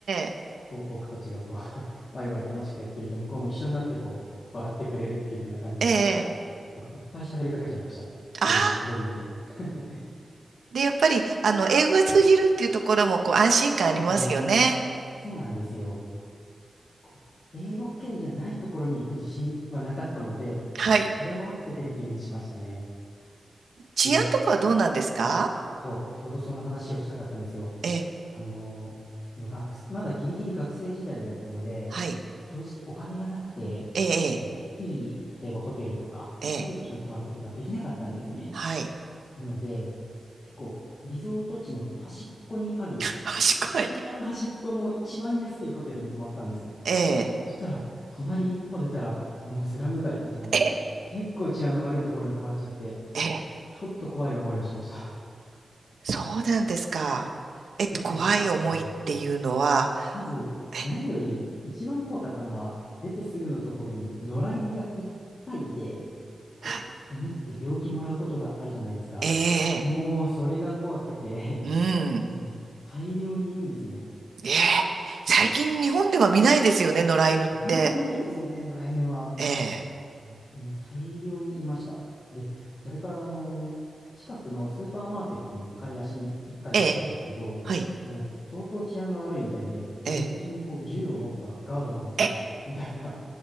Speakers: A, on the right (about 80°); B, on the left (about 50°).
A: え、
B: こう、僕たちがこう <laughs> ワイワイ楽しくやってると、向こうも一緒になってこう、笑ってくれるっていう風な感じで、
A: ええ、
B: 僕いっぱい喋りかけちゃいました。ホテルのロビーで。
A: ああ、
B: <laughs>
A: で、やっぱり、あの、英語が通じるっていうところも、こう、安心感ありますよね。
B: そうですよね。そうなんですよ。こう英語圏じゃないところに行く自信はなかったので、
A: はい。
B: それもあってフィリピンにしましたね。
A: 治安とかはどうなんですか
B: で、あ、そう、ちょうどその話をしたかったんですよ。
A: ええ、
B: あのーその学、まだギリギリ学生時代だったので、
A: はい。
B: 正直お金がなくて、
A: ええ、
B: いい、例えばホテルとか、
A: ええ、
B: いい場所に泊まることができなかったんですね。
A: ええはい。
B: なので、結構、リゾート地の端っこにある、
A: <laughs> 賢い。
B: 一番端っこの一番安いホテルに泊まったんです。
A: ええ、
B: そしたら、隣一歩出たら、もうスラム街みたいな、
A: ええ、
B: 結構治安の悪いところに泊まっちゃって、
A: ええ
B: ちょっと怖い思いをしました。
A: そうなんですか。
B: <laughs>
A: えっと、
B: 出て、
A: 怖い思いっていうのは、
B: うんまず、
A: え、
B: 何より一番怖かったのは、出てすぐのところに野良犬がいっぱいいて、こう、
A: はい。
B: 犬って病気もらうことがあるじゃないですか。
A: ええ、
B: もう、それが怖くて
A: うん。
B: <laughs> もう大量にいるんですね。
A: ええ、最近日本では見ないですよね、野良犬って。
B: なかなか見ないですよね、野良犬は。
A: ええ、
B: うんもう大量にいました。で、それからあの近くのスーパーマーケットに買い出しに一回行ったんですけど、
A: ええ、はい。
B: もう相当治安が悪いみたいで、入り口にこう銃を持ったガードマンが立ってるみたいな、
A: ええ、え、